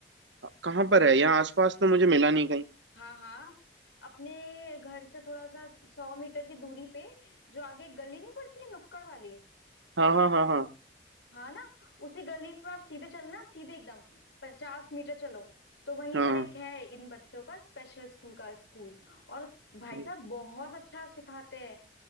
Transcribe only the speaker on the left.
हाँ हाँ अपने घर से थोड़ा सा सौ मीटर की दूरी पे जो आगे एक गली नहीं पड़ती है नुक्कड़ वाली
हाँ ना उसी गली में आप सीधे चलना सीधे एकदम पचास मीटर चलो तो वहीं
पर एक है इन बच्चों का स्पेशल स्कूल का स्कूल और भाई
साहब बहुत अच्छा सिखाते हैं